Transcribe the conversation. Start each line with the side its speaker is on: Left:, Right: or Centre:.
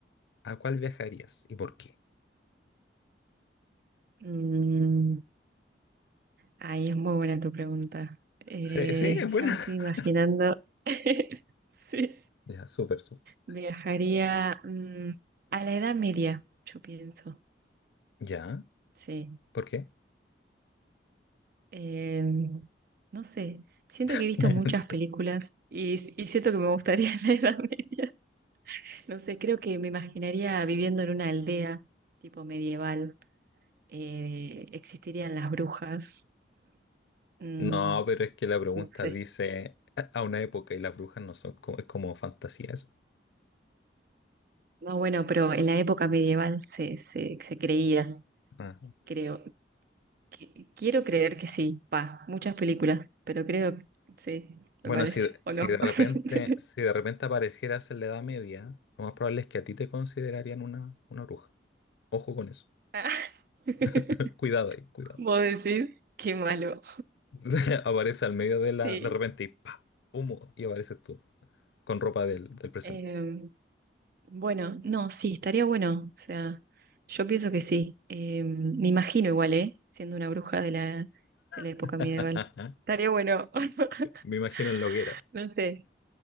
Left: ¿a cuál viajarías y por qué?
Right: Mm, ay, es muy buena tu pregunta. Eh,
Left: Sí, sí, es buena.
Right: ya me estoy
Left: <laughs>
Right: imaginando. <laughs> Sí.
Left: Ya, súper, súper.
Right: Viajaría mm, a la Edad Media, yo pienso.
Left: Ya,
Right: Sí.
Left: ¿por qué?
Right: Em, no sé. Siento que
Left: <laughs>
Right: he visto muchas películas y, y siento que me gustaría <laughs> la Edad Media. No sé, creo que me imaginaría viviendo en una aldea tipo medieval. eh, existirían las brujas, Mm,
Left: No, pero es que la pregunta
Right: no sé.
Left: dice a a una época y las brujas no son como, es como fantasía eso.
Right: No, bueno, pero en la época medieval se, se, se creía,
Left: Ah.
Right: creo. Qui- Quiero creer que sí, pa, muchas películas, pero creo que sí,
Left: Bueno,
Right: me parece,
Left: si,
Right: ¿o
Left: si
Right: no?
Left: de repente,
Right: <laughs>
Left: si de repente aparecieras en la Edad Media, lo más probable es que a ti te considerarían una, una bruja. Ojo con eso.
Right: Ah, <laughs>
Left: <laughs> Cuidado ahí, cuidado.
Right: Vos decís, qué malo.
Left: <laughs> Aparece al medio de
Right: Sí.
Left: la, de repente y ¡pa! Humo, y apareces tú, con ropa del, del presente.
Right: Em, bueno, no, sí, estaría bueno. O sea, yo pienso que sí. Em, me imagino igual, ¿eh? Siendo una bruja de la, de la época
Left: <laughs>
Right: medieval. Estaría bueno. <laughs>
Left: Me imagino en la hoguera.
Right: No sé.